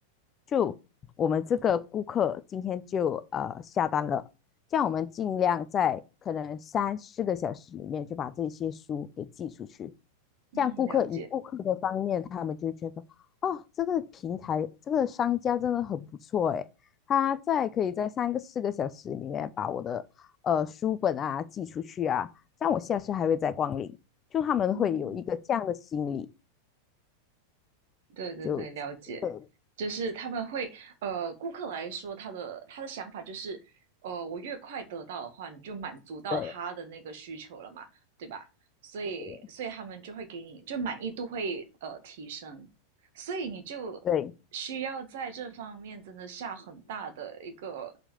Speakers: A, on the left; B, on the right.
A: 就我们这个顾客今天就呃下单了，这样我们尽量在可能三四个小时里面就把这些书给寄出去。
B: 嗯，
A: 这样顾客以顾客的方面，
B: 了解，
A: 他们就会觉得，哦，这个平台这个商家真的很不错诶，他在可以在三个四个小时里面把我的呃书本啊寄出去啊，这样我下次还会再光临，就他们会有一个这样的心理，
B: 嗯，对对对，
A: 就
B: 了解，
A: 呃
B: 就是他们会，呃，顾客来说，他的他的想法就是，呃，我越快得到的话，你就满足到他的那个需求了嘛，
A: 对
B: 对吧？所以，
A: 对
B: 所以他们就会给你，就满意度会呃提升，所以你就
A: 对，
B: 需要在这方面真的下很大的一个